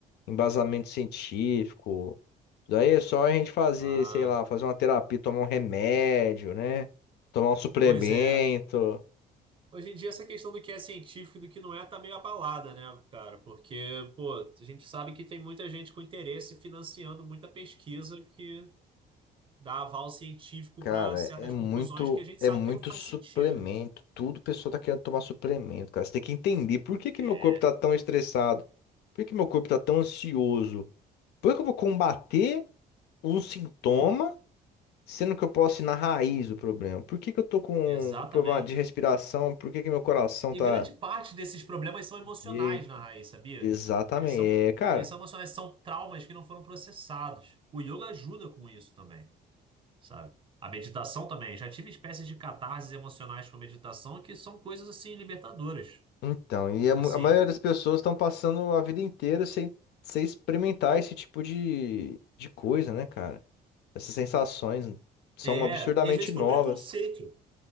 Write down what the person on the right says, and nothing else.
Ah,
pois é. Hoje em dia, essa questão do que é científico e do que não é tá meio abalada, né, cara? Porque, pô, a gente sabe que tem muita gente com interesse financiando muita pesquisa que dá aval científico
para certas
conclusões que a gente
sabe
que não faz
sentido.
É,
exatamente.
E
grande parte desses problemas são emocionais
na raiz, sabia?
Eles são,
eles são emocionais, são traumas que não foram processados. O yoga ajuda com isso também, sabe? A meditação também. Já tive espécies de catarses emocionais com meditação que são coisas assim libertadoras.
Assim,
é,
e às vezes
por preconceito.